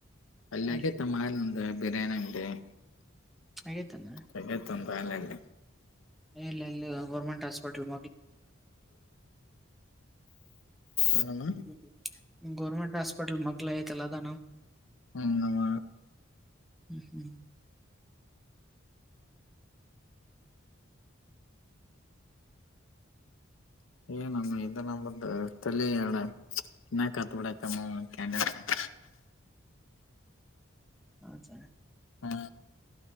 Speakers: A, on the left (about 75°); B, in the centre.
A: <unintelligible>
B: ಅಲ್ಲಿ
A: <unintelligible>
B: ಆಗೇತನ ಇಲ್ಲ ಇಲ್ಲಿ ಗೌರ್ಮೆಂಟ್ ಹಾಸ್ಪಿಟಲ್
A: ಏನಮ್ಮ
B: <unintelligible> ಗೌರ್ಮೆಂಟ್ ಹಾಸ್ಪಿಟಲ್ ಮಗ್ಲೇ ಆಯ್ತಲ್ಲ ಅದ.
A: ಹ್ಮ್ ನಮ್ಮ.
B: ಹ್ಮ್ ಹ್ಮ್
A: <unintelligible>
B: <unintelligible>
A: ಹ್ಮ